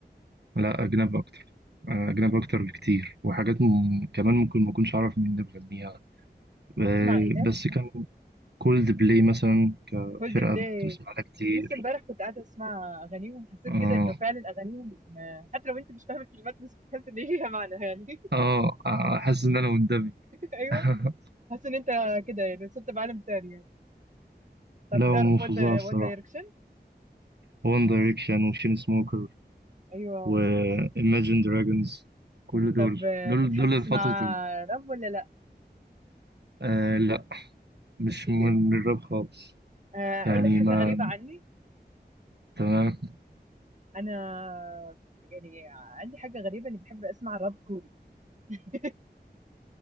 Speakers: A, on the right (about 75°); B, on the right (about 45°).
A: لا أجنبي أكتر آه، أجنبي أكتر بكتير وحاجات م... كمان ممكن ما أكونش أعرف مين اللي بيغنيها ب-
B: تسمع ايه؟
A: بس كان كولد بلاي مثلا كفرقة
B: هولد بلاي
A: أنا كنت بسمعها كتير
B: لسه امبارح كنت قاعده اسمع اغانيهم حسيت
A: آه
B: كده انه فعلا اغانيهم آه، حتى لو انت مش فاهم الكلمات بس بتحس ان ليها معنى يعني <laughs>
A: آه آه، حاسس إن أنا مندمج
B: ايوه
A: <laughs>
B: حاسس ان انت كده يعني صرت بعالم تاني يعني طب
A: لا هو
B: تعرف
A: من فظاع
B: وان
A: الصراحة
B: وان دايركشن
A: وان دايركشن وشين سموكر
B: ايوه
A: و Imagine Dragons كل دول
B: طب آه،
A: دول
B: بتحب
A: دول
B: تسمع
A: فترة ال...
B: راب ولا لا
A: آه لا مش
B: مش كتير
A: من الراب خالص
B: آه، اقول
A: يعني
B: لك حاجه
A: ما
B: غريبه عني
A: تمام
B: انا يعني عندي حاجه غريبه اني بحب اسمع راب كوري <laughs>